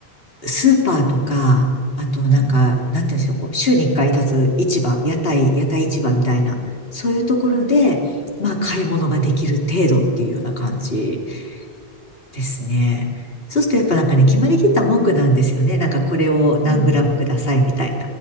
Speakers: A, on the left (about 65°); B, on the right (about 55°).
A: スーパーとか、あとなんか、
B: はい。
A: なんていうんでしょう、こう、週に一回立つ市場、屋台、屋台市場みたいな、そういうところで、
B: はい。
A: まあ、買い物ができる程度っていうような感じですね。そうするとやっぱなんかね、決まりきった文句なんですよね。なんかこれを何グラムくださいみたい
B: うん。